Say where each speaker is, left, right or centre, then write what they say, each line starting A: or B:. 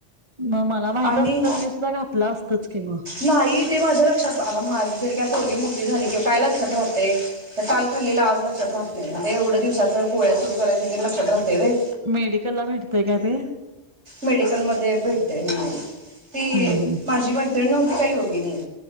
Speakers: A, on the right; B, on the right.
A: म मला माहित
B: आणि
A: अस तर मी सुद्धा घातलं असतच किंवा
B: नाही ते माझ्या लक्षात आता माझ जर काय पोळगी मोठी झाली किंवा काय लक्षात राहते तर काल खल्लेलं आज लक्षात राहत नाही म्हणजे एवढ्या दिवसाच्या गोळ्या सुरू करायची लक्षात राहते वे
A: मेडिकल ला भेटतय का ते
B: मेडिकल म भेटते ती
A: हम्म हम्म
B: माझी माहिती तिनती काही होग नाही